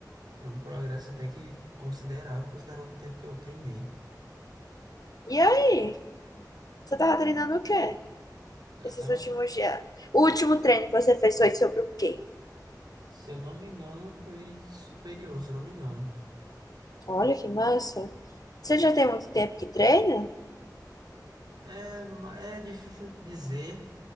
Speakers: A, on the right; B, on the left.
A: um progresso até que considerável, considerando o tempo que eu treinei.
B: E aí? Você tava treinando o quê
A: Eu
B: esses
A: tava
B: últimos dias? O último treino que você fez foi sobre o quê?
A: Se eu não me engano, foi superior, se eu não me engano.
B: Olha que massa. Você já tem muito tempo que treina?
A: É, ma- é difícil dizer.